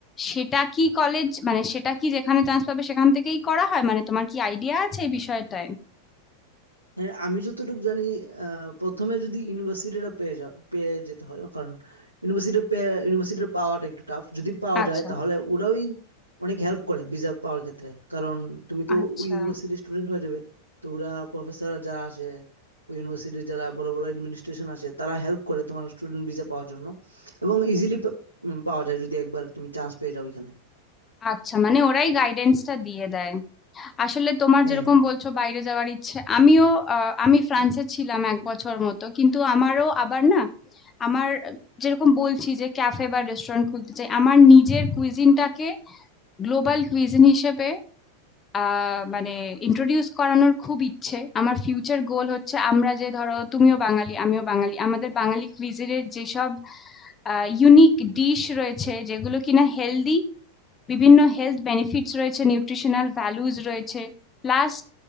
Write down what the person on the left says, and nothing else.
সেটা কি কলেজ মানে সেটা কি যেখানে চান্স পাবে সেখান থেকেই করা হয় মানে তোমার কি আইডিয়া আছে এই বিষয়টায়
আচ্ছা
আচ্ছা
আচ্ছা মানে ওরাই গাইডেন্সটা দিয়ে দেয় আসলে তোমার
যেরকম
বলছো বাইরে যাওয়ার ইচ্ছে আমিও আহ, আমি ফ্রান্সে ছিলাম এক বছর মতো কিন্তু আমারও আবার না আমার যেরকম বলছি যে ক্যাফে বা রেস্টুরেন্ট খুলতে চাই আমার নিজের কুইজিনটাকে গ্লোবাল কুইজিন হিসেবে আহ মানে ইন্ট্রোডিউস করানোর খুব ইচ্ছে আমার ফিউচার গোল হচ্ছে আমরা যে ধরো তুমিও বাঙালি আমিও বাঙালি আমাদের বাঙালি কুইজিনের যেসব ইউনিক ডিশ রয়েছে যেগুলো কিনা হেলদি বিভিন্ন হেলথ বেনিফিটস রয়েছে নিউট্রিশনাল ভ্যালুজ রয়েছে প্লাস